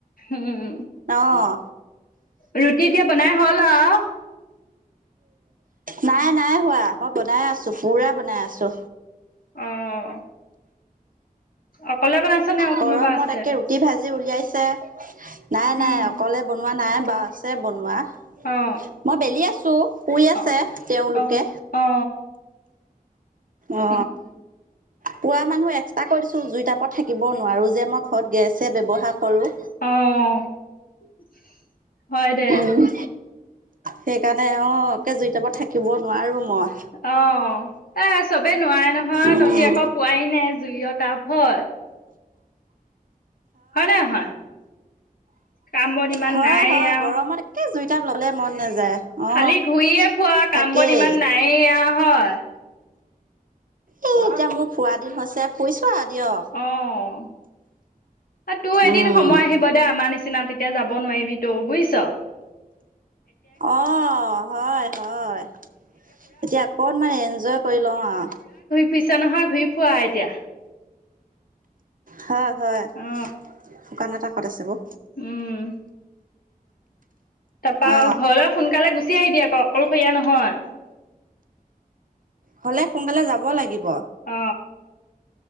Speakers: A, on the left; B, on the right.
A: উম
B: অঁ
A: ৰুটি এতিয়া বনাই হ'ল আউ।
B: নাই, নাই হোৱা। মই বনাই আছো, পুৰা বনাই আছো।
A: অহ। অকলে বনাই'ছ নে আৰু
B: গৰমত
A: কোনোবা আছে?
B: একে ৰুটি ভাজি উলিয়াইছে। নাই, নাই
A: উম
B: অকলে ব বনোৱা নাই বাৰু, আছে বনোৱা।
A: অ
B: মই বেলি আছো। টোও শুই আছে
A: অ
B: তেওঁলোকে।
A: অ অ
B: অ।
A: উম,
B: পুৱা মানুহ এক্সট্ৰা কৰি দিছো। জুই টাইপত থাকিব নোৱাৰো যে। মই ঘৰত গেছে ব্যৱহাৰ
A: অঁ,
B: কৰোঁ।
A: অঁ। হয় দে।
B: উম, সেইকাৰণে অ একে জুই তাপত থাকিব নোৱাৰো। মই।
A: অ, এ চবেই নোৱাৰে নহয়।
B: উম
A: তহতি আকৌ পোৱাই নাই জুইয় তাপ, হয়? হয় নে নহয়? কাম- বন ইমান
B: হয়
A: নাইয়ে
B: হয়
A: আও।
B: গৰমত একে জীৱ জুই তাপ লবলে মন নাযায়। অ
A: খালি ঘূৰিয়ে ফুৰ আৰু।
B: তাকেই
A: কাম- বন ইমান নায়েই আউ, হয়?
B: ও এতিয়া মোৰ ফুৰা দিন হৈছে ফুৰিছো আৰু দিয়ক
A: অঁ, তোৰ এদিন
B: উম
A: সময় আহিব দে আমাৰ নিচি না <unintelligible> তেতিয়া যাব নোৱাৰিবি তওঁ বুইছ?
B: অঁ হয়, হয়। এতিয়া অকণমান এনজয় কৰি লওঁ আউ।
A: ফুৰিছা নহয়, ঘূৰি ফুৱা এতিয়া।
B: হয়। হয়।
A: অ
B: শুকান এটা শকত আছে বাও
A: উম। তাৰপা
B: অ
A: ঘৰলৈ সোনকালে গুচি গুচি আহিবি আকৌ অকলশৰীয়া নহয়।
B: হলে সোনকালে যাব লাগিব।
A: অ।